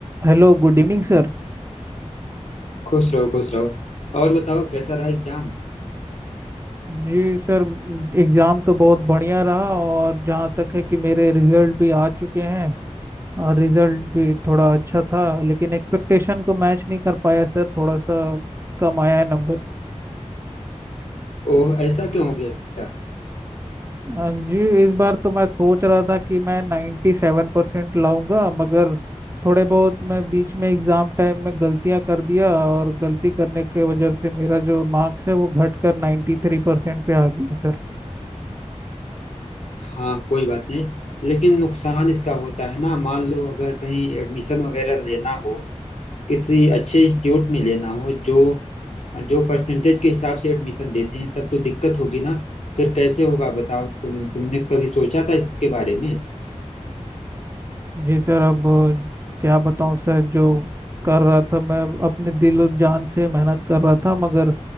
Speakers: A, on the right; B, on the left.
A: Hello good evening sir
B: खुश रहो खुश रहो और बताओ कैसा रहा एग्जाम
A: जी sir exam तो बहुत बढ़िया रहा और जहाँ तक है कि मेरे रिजल्ट भी आ चुके हैं और रिजल्ट भी थोड़ा अच्छा था लेकिन एक्सपेक्टेशन को मैच नहीं कर पाया सर थोड़ा सा कम आया है नंबर
B: ओह ऐसा क्यों हो गया
A: अ, जी इस बार तो मैं सोच रहा था कि मैं नाइन्टी सेवन परसेंट लाऊंगा मगर थोड़े बहुत मैं बीच में एग्ज़ाम टाइम में गलतियां कर दिया और गलती करने के वजह से मेरा जो मार्क्स है वो घट कर नाइन्टी थ्री परसेंट पे आ गया सर
B: हाँ कोई बात नहीं लेकिन नुकसान इसका होता है ना मान लो अगर कहीं एडमिशन वगैरह लेना हो किसी अच्छे इंस्टीट्यूट में लेना हो जो जो परसेंटेज के हिसाब से एडमिशन देते हैं तब तो दिक्कत होगी ना फिर कैसे होगा बताओ तुम तुमने कभी सोचा था इसके बारे में
A: जी सर अब क्या बताऊं सर जो कर रहा था मैं अपने दिल और जान से मेहनत कर रहा था मगर